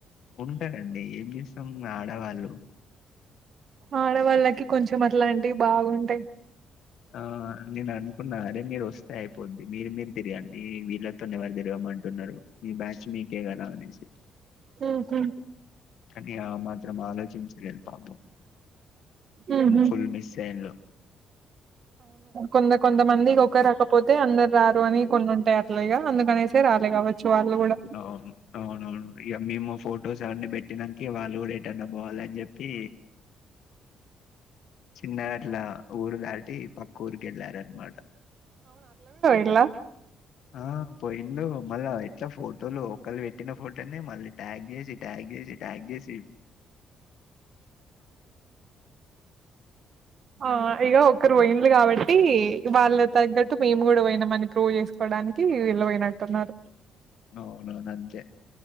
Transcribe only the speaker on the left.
ఉంటారండి ఏం చేసాం ఆడవాళ్ళు.
ఆ నేను అనుకున్నా అరే మీరు వస్తే అయిపోద్ది మీరు మీరు తిరగండి వీళ్ళతోనేవ తిరిగమన్ మంటున్నరు మీ బ్యాచ్ మీకే కదా అనేసి.
కానీ ఆ మాత్రం ఆలోచించ లేదు పాపం.
ఫుల్ మిస్ అయిన్లు.
అవును అవునవును ఇక మేము ఫోటోస్ అవన్నీ పెట్టినంక వాళ్ళు కూడా ఏటన్నా పోవాలని చెప్పి. చిన్నగట్లా ఊరు దాటి పక్కూరికి వెళ్ళారనమాట.
ఆ పోయిండ్లు మళ్ళా ఎట్లా ఫోటోలు ఒకళ్ పెట్టిన ఫోటోనే మళ్ళీ ట్యాగ్ చేసి ట్యాగ్ తీసి ట్యాగ్ చేసి
అవును అంతే.